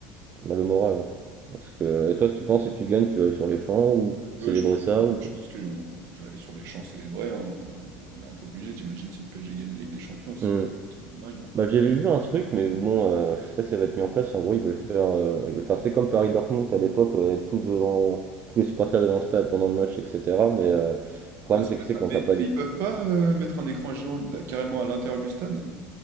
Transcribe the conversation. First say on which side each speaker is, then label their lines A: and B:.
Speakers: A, on the right (about 40°); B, on the right (about 60°).
A: Bah, le moral, en fait. Parce que, et toi, si tu penses, si tu gagnes, tu vas aller sur les champs ou célébrer
B: Ouais, je pense
A: ça
B: que,
A: ou...
B: je pense que on- on- je vais aller sur les champs célébrer. hein, euh, On est un peu obligé, t'imagines si le PSG gagne la Ligue des Champions, c'est
A: Hmm.
B: c'est dingue. hein.
A: Bah, j'avais vu un truc, mais bon, euh, je sais pas si ça va être mis en place. En gros, ils veulent faire, euh, ils veulent faire, c'est comme Paris-Dortmund à l'époque, euh, être tous devant, tous les supporters devant le stade pendant le match, etc. Mais euh, le problème,
B: Ah, ça
A: c'est
B: peut
A: que
B: être
A: c'est
B: pas-
A: quand
B: mais,
A: t'as pas les,
B: mais ils peuvent pas euh, mettre un écran géant d'a- carrément à l'intérieur du stade?